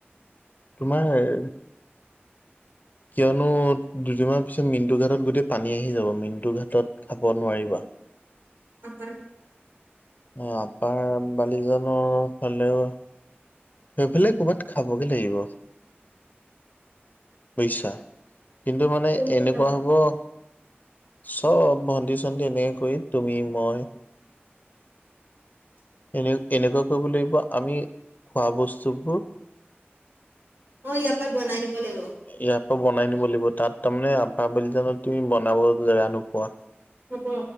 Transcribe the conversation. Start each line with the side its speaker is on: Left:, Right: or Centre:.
Left: তোমাৰ হেই কিয়নো দুদিনমান পিছত মিণ্টু ঘাটত গোটেই পানী আহি যাব, মিণ্টু ঘাটত খাব নোৱাৰিবা। <inaudible>
Right: <unintelligible>
Left: অ' আপাৰ বালিজনৰ ফালেও সেইফালে কৰ'বাত খাবগে লাগিব, বুজিছা। কিন্তু মানে
Right: কোন কোন
Left: এনেকুৱা
Right: যাবা
Left: হ'ব চব ভণ্টি-চণ্টি এনে কৰি তুমি মই এনে-এনেকুৱা কৰিব লাগিব আমি খোৱা বস্তুবোৰ
Right: অ', ইয়াৰ পৰা বনাই নিব লাগিব।
Left: ইয়াৰ বনাই নিব লাগিব, তাত তাৰমানে আ <unintelligible> বুলি জানো তুমি বনাব জেগা নোপোৱা
Right: হ'ব